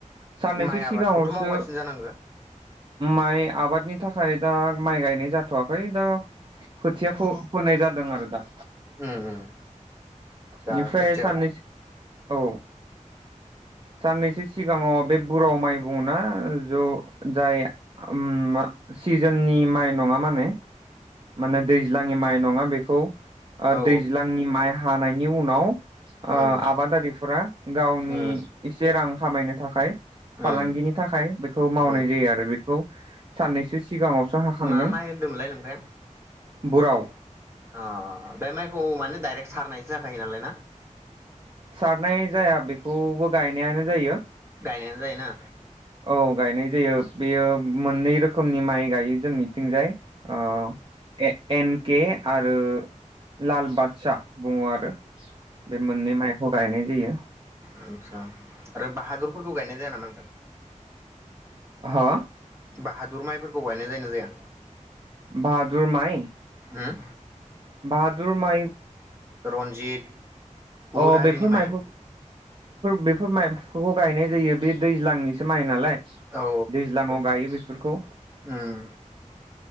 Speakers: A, on the right (about 40°); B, on the right (about 20°).
A: साननैसो
B: माइ
A: सिगाङावसो
B: आबादखौथ' मावगासिनो जानांगो
A: माइ आबादनि थाखाय दा माइ गायनाय जाथ'वाखै दा खोथिया फोनाय जादों आरो दा
B: उम उम दा
A: बेनिफ्राय
B: खोथिया
A: साननैसो औ साननैसो सिगाङाव बे बुराव माइ बुङ ना ज' जाय ओम सिजोननि माइ नङा माने माने दैज्लांनि माइ नङा बेखौ ओ
B: औ
A: दैज्लांनि माइ हा हानायनि उनाव ओ
B: उम
A: आबादारिफोरा गावनि
B: उम
A: एसे रां खामायनो थाखाय फालांगिनि
B: उम
A: थाखाय बेखौ मावनाय
B: उम
A: जायो आरो बेखौ साननैसो सिगाङावसो हाखांदों
B: मा माइ <inaudible>
A: बुराव
B: अ बे माइखौ माने डाइरेक्ट सारनायसो जाखायो नालाय ना
A: सारनाय जाया बेखौबो गायनायानो जायो
B: गायनायानो जायोना
A: औ गायनाय जायो बेयो मोननै रोखोमनि माइ गायो जोंनिथिंजाय औ ए एन के आरो लाल बादसा बुङो आरो बे मोननै माइखौ गायनाय जायो
B: आतसा आरो बाहादुरफोरखौ गायनाय जाया नामा नोंथां
A: हा
B: बााहादुर माइफोरखौ गायनाय जायोना जाया
A: बाहादुर माइ
B: उम
A: बाहादुर माइ
B: रन्जित गुबुन
A: अ
B: हारिनि
A: बेफोर
B: माइ
A: माइफोर बेफोर माइ बेखौ गायनाय जायो बे दैज्लांनिसो माइ नालाय
B: औ
A: दैज्लाङाव गायो बेफोरखौ
B: उम